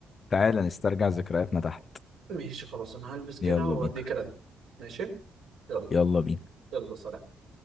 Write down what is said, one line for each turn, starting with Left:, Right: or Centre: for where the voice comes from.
Left: تعالى نسترجع ذكرياتنا تحت
Right: ماشي خلاص أنا هلبس كده
Left: يلا
Right: وأدي
Left: بينا
Right: كده ماشي يلا
Left: يلا بينا
Right: يلا سلام